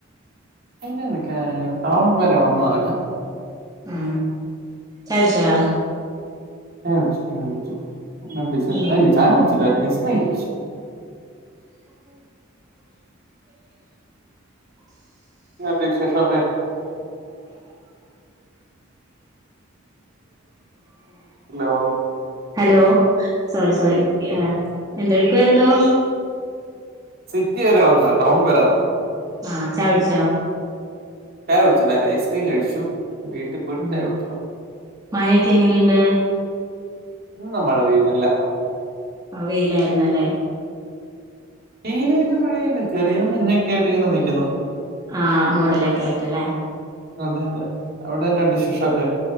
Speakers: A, on the right; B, on the right.
A: എന്ത എനിക്ക ടൗൺ വരെ വന്നു താന്
B: ആ ചായട്ച്ചോ
A: ചായ കുടിച്ചു, ചായ കുടിച്ചു പിന്നെ എന്താ വിശേഷം
B: ഉം
A: അതല്ല ചായ കുടിച്ചില്ല <unintelligible>
B: <inaudible> <inaudible> <inaudible>
A: പിന്നെന്ത് വിശേഷൊക്കെ ഹലോ
B: ഹലോ സോറി സോറി എന്തെടുക്കായിരുന്നു
A: സിറ്റി വരൊവന്നാ ടൗൺ വന്ന
B: ആ ചായ കുട്ച്ചോ
A: ചായ കുടിച്ചില്ലാ ഐസ്ക്രീം കഴിച്ചു വീട്ടിൽ പോയിട്ട്
B: ആ
A: ചായ കുടിക്കണം
B: മഴൊക്കെ എങ്ങനെയുണ്ട്
A: ഇന്നും മഴ പെയ്തില്ല
B: ആ വെയിലായിരുന്നല്ലേ
A: വെയിലും ഇല്ല മഴയില്ല ചെറിയ എന്നൊക്കെയ ആയിട്ട് ഇങ്ങനെ നിക്കുന്നു
B: ആഹ് മൂടലൊക്കെ ആയിട്ടല്ലേ
A: അതെ അതെ അവിടെന്നെണ്ട് വിശേഷൊക്കെ